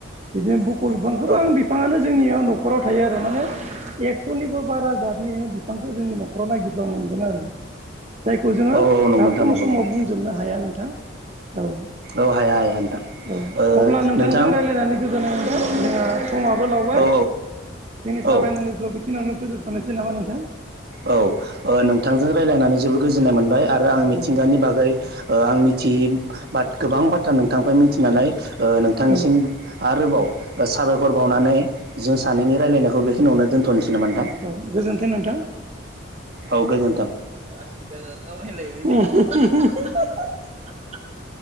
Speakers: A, on the right; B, on the right.
A: बिदिनो बुकल बिफां गोबां
B: औ
A: बिफाङानो जोंनियाव न'खराव थायो आरो माने एक्स'निबो बारा जातनि नोङो बिफांखो जोंनि न'खराव नागिरब्ला मोनगोन आरो। जायखौ जोङो
B: औ नंगौ
A: दा
B: नोंथां
A: खम
B: नंगौ
A: समाव
B: नंगौ
A: बुंजोबनो हाया नोंथां। औ।
B: औ हाया हाया नोंथां।
A: औ
B: ओ
A: अब्ला नोंथांजों
B: नोंथां
A: रायज्लायनानै गोजोननाय मोनबाय जोंना समाबो लावबाय।
B: ओ औ
A: जोंनि
B: औ
A: सावरायनांगौखौ बेखिनियावनो फोजोबथ'नोसै नामा नोंथां?
B: औ ओ नोंथांजों रायलायनानै जोबोर गोजोननाय मोनबाय आरो आं मिथिंगानि
A: औ
B: बागै ओ आं मिथियै बा गोबां बाथ्रा नोंथांनिफ्राइ मिथिनानै नोंथांनिसिम
A: औ
B: आरोबाव ओ साबायखर बावनानै जों सानैनि रायलायनायखौ बेखिनियावनो दोनथ'नोसै। नामा नोंथां
A: औ गोजोन्थों नोंथां।
B: औ गोजोन्थों।
A: आसि दोङो गावलायलायबाय थायो। <unintelligible>